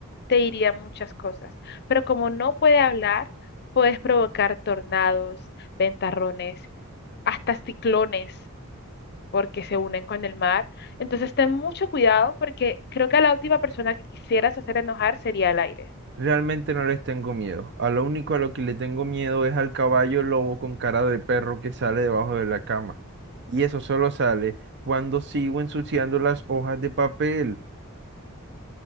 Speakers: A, on the left; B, on the right.
A: te diría muchas cosas. Pero como no puede hablar, puedes provocar tornados, ventarrones, hasta ciclones, porque se unen con el mar. Entonces ten mucho cuidado, porque creo que la última persona que quisieras hacer enojar sería el aire.
B: Realmente no les tengo miedo. A lo único a lo que le tengo miedo es al caballo lobo con cara de perro que sale debajo de la cama. Y eso solo sale cuando sigo ensuciando las hojas de papel.